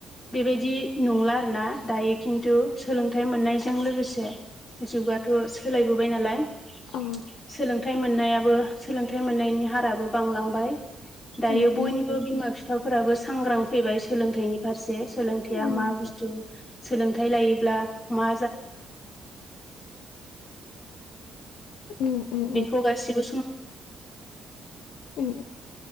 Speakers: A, on the left; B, on the left.
A: बेबायदि नंला आरोना दायो खिन्थु सोलोंथाइ मोननायजों लोगोसे जुगाथ' सोलायबोबाय नालाय
B: औ
A: सोलोंथाइ मोननायाबो सोलोंथाइ मोननायनि हाराबो बांलांबाय दायो
B: उम
A: बयनिबो
B: उम
A: सिमा बिफा फोराबो सांग्रां फैबाय सोलोंथाइनि फारसे सोलोंथाइया
B: उम
A: मा बुस्थु सोलोंथाइ लायोब्ला मा
B: उम उम
A: बेखौ गासिबो
B: उम